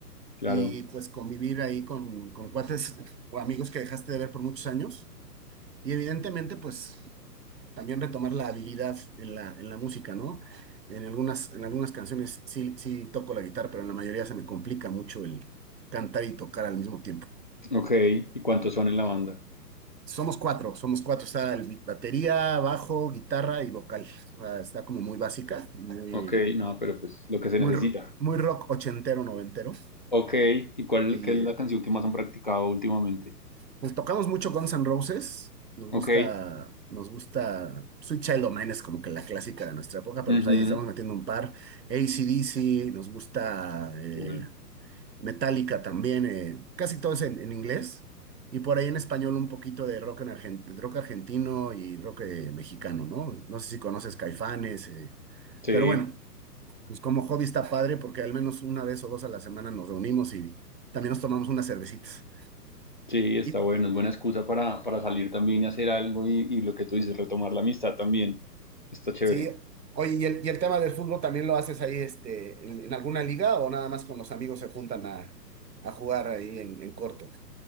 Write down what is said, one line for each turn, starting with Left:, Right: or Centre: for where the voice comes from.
Left: claro.
Right: y pues convivir ahí con, con cuates <laughs> o amigos que dejaste de ver por muchos años. Y evidentemente pues también retomar la habilidad en la, en la música, ¿no? En algunas, en algunas canciones sí, sí toco la guitarra, pero en la mayoría se me complica mucho el cantar y tocar al mismo tiempo.
Left: Ok, ¿y cuántos son en la banda?
Right: Somos cuatro, somos cuatro. Está el bi- batería, bajo, guitarra y vocal. O sea, está como muy básica, muy
Left: Ok, no, pero pues lo que se
Right: muy,
Left: necesita.
Right: ro- muy rock ochentero, noventero.
Left: Ok, ¿y cuál
Right: Y
Left: qué es
Right: eh,
Left: la canción que más han practicado últimamente?
Right: pues tocamos mucho Guns N' Roses. Nos
Left: Ok,
Right: gusta, nos gusta Sweet Child O' Mine es como que la clásica de nuestra época, pero
Left: ujú,
Right: pues ahí estamos metiendo un par. AC/DC, nos gusta eh,
Left: cool.
Right: Metallica también, eh, casi todo es en, en inglés. Y por ahí en español un poquito de rock, en argen- rock argentino y rock eh, mexicano, ¿no? No sé si conoces Caifanes, eh,
Left: Sí,
Right: pero bueno, pues como hobby está padre porque al menos una vez o dos a la semana nos reunimos y también nos tomamos unas cervecitas.
Left: sí, está
Right: Y
Left: bueno, es buena excusa para, para salir también y hacer algo y, y lo que tú dices, retomar la amistad también. Está chévere.
Right: sí, oye, ¿y el, y el tema del fútbol también lo haces ahí este, en, en alguna liga o nada más con los amigos se juntan a, a jugar ahí en, en corto?